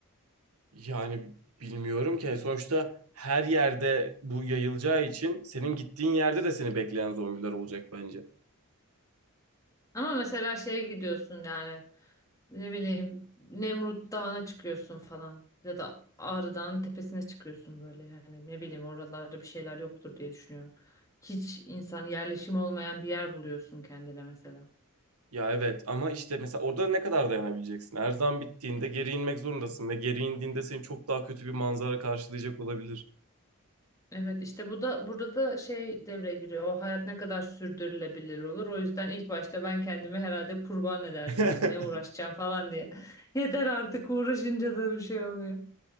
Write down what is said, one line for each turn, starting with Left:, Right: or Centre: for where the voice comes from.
Right: Yani bilmiyorum ki. Hani Sonuçta her yerde bu yayılacağı için senin gittiğin yerde de seni bekleyen zombiler olacak bence.
Left: Ama mesela şeye gidiyorsun yani ne bileyim Nemrut Dağı'na çıkıyorsun falan. Ya da Ağrı Dağı'nın tepesine çıkıyorsun böyle. Yani ne bileyim oralarda bir şeyler yoktur diye düşünüyorum. Hiç insan yerleşimi olmayan bir yer buluyorsun kendine mesela.
Right: Ya evet ama işte mesela orada ne kadar dayanabileceksin? Her zaman bittiğinde geri inmek zorundasın ve geri indiğinde seni çok daha kötü bir manzara karşılayacak olabilir.
Left: Evet işte bu da burada da şey devreye giriyor. O hayat ne kadar sürdürülebilir olur. O yüzden ilk başta ben kendimi herhalde kurban ederdim
Right: <laughs>
Left: ya. Ne uğraşacağım falan diye. <laughs> Yeter artık uğraşınca da bir şey oluyor.